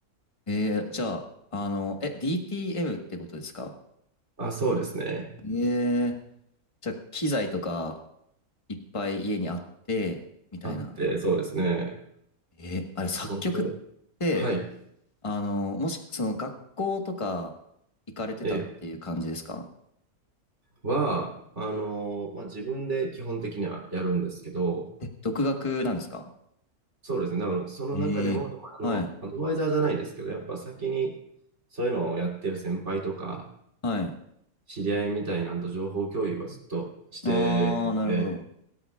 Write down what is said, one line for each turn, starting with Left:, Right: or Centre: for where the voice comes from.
Left: えー、じゃあ、あの、え、DTM ってことですか
Right: あ、そうですね。
Left: ええー、じゃあ、機材とかいっぱい家にあって、みたいな。
Right: あって、そうですね。
Left: えー、あれ、作曲っ
Right: おそれ、
Left: て、
Right: はい。
Left: あの、もし、その、学校とか行かれてたっていう感じですか
Right: ええは、あの、まあ、自分で基本的にはやるんですけど、
Left: え、独学なんですか
Right: そうですね。だからその中でも、
Left: ええはい、
Right: でもあの、アドバイザーじゃないですけど、やっぱ先にそういうのをやってる先輩とか、
Left: はい。
Right: 知り合いみたいなんと情報共有はずっとしてて、
Left: あー、なるほど。